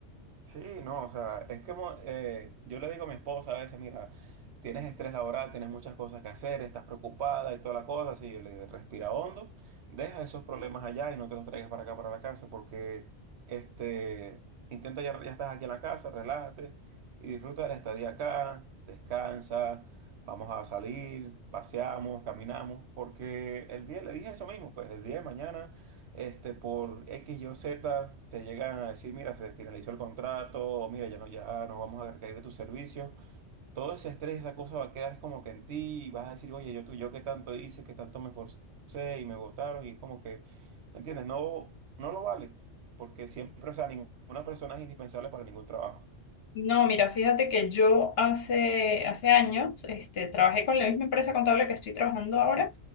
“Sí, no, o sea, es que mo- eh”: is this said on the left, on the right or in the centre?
Right